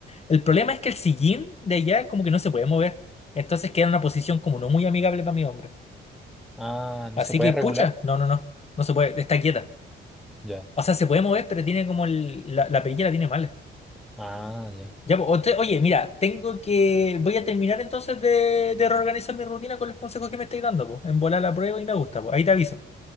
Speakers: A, on the left (about 30°); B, in the centre.
A: El problema es que el sillín de allá como que no se puede mover. Entonces queda en una posición como no muy amigable para mi hombro.
B: Ah, ¿no
A: Así
B: se puede
A: que,
B: regular?
A: pucha, no, no, no, no se puede, está quieta.
B: Ya.
A: O sea, se puede mover, pero tiene como el- la, la perilla la tiene mala.
B: Ah, ya.
A: Ya, po, ote- oye, mira, tengo que. Voy a terminar entonces de, de reorganizar mi rutina con los consejos que me estáis dando, pues. En volar la prueba y me gusta, pues. Ahí te aviso.